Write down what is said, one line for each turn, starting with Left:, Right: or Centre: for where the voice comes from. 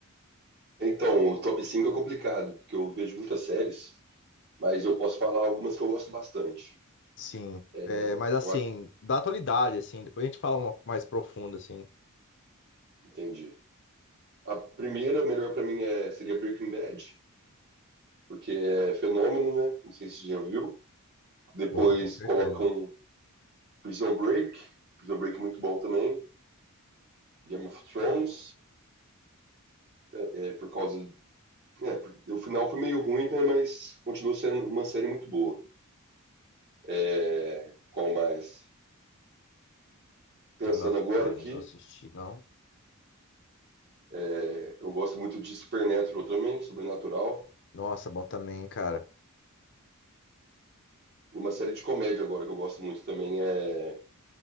Right: Então, o top 5 é complicado, porque eu vejo muitas séries, mas eu posso falar algumas que eu gosto bastante.
Left: Sim.
Right: É,
Left: É, mas assim,
Right: eu acho,
Left: da atualidade, assim, depois a gente fala uma mais profunda, assim.
Right: entendi. A primeira, melhor pra mim, é, seria Breaking Bad, porque é fenômeno, né? Não sei se você já viu. Depois
Left: Pô, com certeza.
Right: colocam Prison Break, Prison Break é muito bom também. Game of Thrones, é, é, por causa. É, por- o final foi meio ruim, né? Mas continua sendo uma série muito boa. É, qual mais? Pensando
Left: Game of
Right: agora
Left: Thrones,
Right: aqui.
Left: não assisti, não.
Right: É, eu gosto muito de Supernatural também, Sobrenatural.
Left: Nossa, bom também, cara.
Right: E uma série de comédia agora que eu gosto muito também é